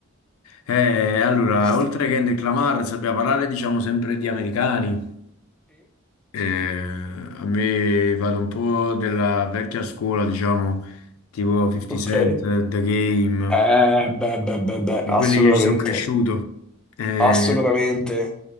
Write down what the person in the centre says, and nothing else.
Sì,
ok.
Eh, beh, beh, beh, beh,
assolutamente,
assolutamente.